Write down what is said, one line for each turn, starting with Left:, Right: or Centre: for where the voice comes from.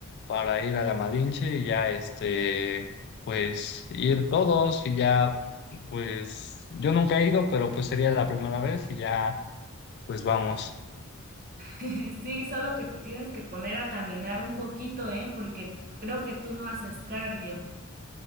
Left: para ir a la Malinche y ya este, pues ir todos y ya, pues yo nunca he ido, pero pues sería la primera vez y ya, pues vamos.
Right: <laughs> Sí, solo que te tienes que poner a caminar un poquito, ¿eh? Porque creo que tú no haces cardio.